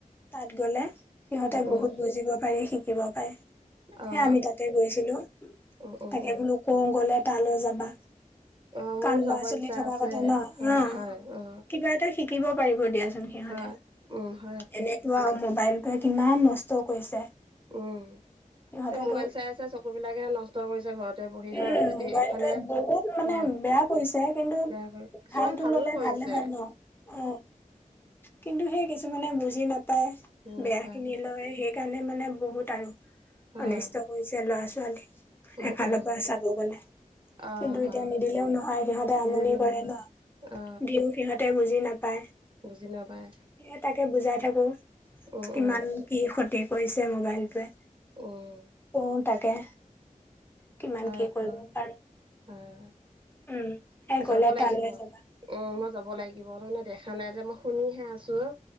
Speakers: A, on the left; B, on the right.
A: তাত গ'লে তে
B: উম
A: বহুত বুজিব পাৰি শিকিব পাৰে
B: অ অ
A: সে আমি তাতে গৈছিলোঁ।
B: উম উম
A: তাকে
B: উম
A: বোলোঁ কওঁ গ'লে তালৈ যাবা।
B: অ মোৰো
A: কাৰন
B: যাব
A: লৰা - ছোৱালী
B: ইচ্ছা
A: থকা
B: আছে
A: কথা ন'
B: হয়
A: উম,
B: হয় অ
A: কিবা এটা শিকিব পাৰিব দিয়া। <unintelligible> সিহঁতে
B: হয় উম হয় আকৌ
A: এনেকুৱা মোবাইল টোৱে কিমান নষ্ট কৰিছে।
B: উম,
A: সিহঁতেতো
B: এ মোবাইল চাই আছে চকু বিলাকেহে নষ্ট কৰিছে ঘৰতে বহি
A: উম,
B: হয় যদি
A: মোবাইলটোৱে
B: এইফালে
A: বহুত মানে
B: হয়
A: বেয়া কৰিছে কিন্তু
B: বেয়া কৰে কিছুমান
A: ভালতো
B: ভালো
A: ল'লে
B: কৰিছে
A: ভালে হয় ন' অ, কিন্তু সেই কিছুমানে বুজি নাপায়
B: নাপায়
A: বেয়া খিনি। ত'য়ে সেইকাৰণে মানে বহুত আৰু
B: হয়
A: অনিষ্ট কৰিছে ল'ৰা -ছোৱালী।
B: উম
A: এফালৰ
B: উম
A: পা চাব গ'লে।
B: অ
A: কিন্তু
B: হয়
A: এতিয়া নিদিলেওঁ নহয় সিহঁতে
B: নিদিলো
A: আমনি কৰে
B: নহয়
A: ন'
B: অ
A: দিও। সিহঁতে বুজি নাপায়।
B: বুজি নাপায়।
A: এ তাকে বুজাই থাকো
B: উম
A: কিমান
B: উম
A: কি ক্ষতি কৰিছে মোবাইলটোৱে।
B: উম
A: কও তাকে। কিমান
B: হয়
A: কি
B: আকৌ।
A: কৰিব পাৰো
B: হয়
A: উম, সেই গ'লে
B: যাব লাগিব
A: তালৈ যাবা
B: উম, মই যাব লাগি ব মই মানে দেখা নাই যে মই শুনিহে আছো।